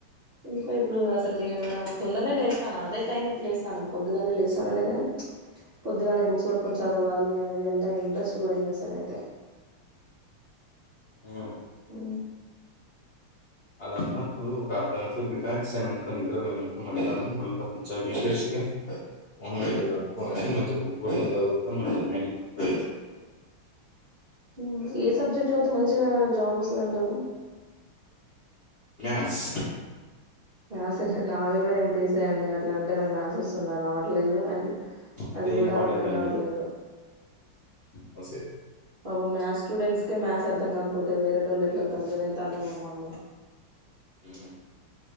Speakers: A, on the right; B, on the left.
A: ఎందుకో ఇప్పుడు అసలు లేవడం తొందరనే లేస్ అదే టైమ్ కి లేస్తన్నం పొద్దుగల్నే లేస్తన్నలేగని పొద్దుగలే బుక్స్ పట్టుకొని చదవాలి అనేది అంతా ఇంట్రెస్ట్ బోయింది అసలు అయితే
B: ఊ
A: ఆ
B: అలా అన్నప్పుడు ఒక అర్దగంటసేపం రిలాక్స్ అయినంక నిద్రబోయినాంక మద్యానం <unintelligible> మోహం అట్లా గడుక్కొని మంచిగా బుక్ వట్టుకొని చదువుతే <inaudible>
A: ఊ ఏ సబ్జెక్ట్ జతివితే మంచిగా జాబొస్తది అంటరూ
B: మ్యాస్
A: మ్యాథ్స్ నాది గూడా ఎంపీసిఏ అండి అట్లా అంటే నాకు మ్యాథ్స్ వస్తుందా రావట్లేదు అండ్
B: అదే
A: అది గూడా
B: ఇంపార్టెంట్
A: అర్ధం గావట్లేదు
B: వసే
A: బాబు మ్యా్స్ స్టూడెంట్స్కే మ్యాథస్ అర్థం కాకపోతే వేరే డోలెట్ల ఎవరైతే అళ్మేమో అండి
B: ఇ